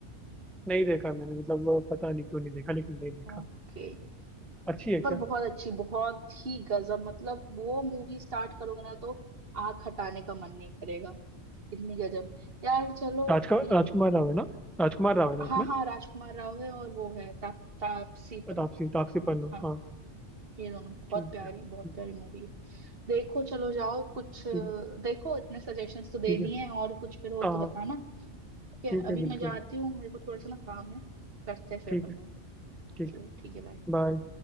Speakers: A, in the centre; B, on the right.
A: नहीं देखा मैंने मतलब वो पता नहीं क्यों नहीं देखा लेकिन नहीं देखा
B: ओके
A: अच्छी है क्या
B: पर बहुत अच्छी बहुत ही गजब मतलब वो मूवी स्टार्ट करोगे ना तो आंख हटाने का मन नहीं करेगा इतनी गजब यार चलो
A: अच्छा
B: ठीक
A: राजकुमार राजकुमार
B: है
A: राव है ना राजकुमार राव है ना
B: हाँ
A: उसमें
B: हाँ राजकुमार राव है और वो है ता, तापसी पन्नू
A: तापसी तापसी पन्नू
B: हाँ
A: हाँ
B: ये दोनों बहुत
A: ठीक
B: प्यारी
A: है हम्म,
B: बहुत प्यारी मूवी है देखो चलो जाओ कुछ अ,
A: ठीक
B: देखो इतने सजेशंस तो दे
A: ठीक है
B: दिए हैं और कुछ फिर हो
A: हाँ
B: तो बताना
A: हाँ,
B: ठीक है
A: ठीक
B: अभी
A: है बिल्कुल
B: मैं जाती हूँ मेरे को थोड़ा सा ना काम है करते हैं फिर
A: ठीक
B: अपन
A: है
B: बात
A: ठीक
B: चलो ठीक है बाय
A: है बाय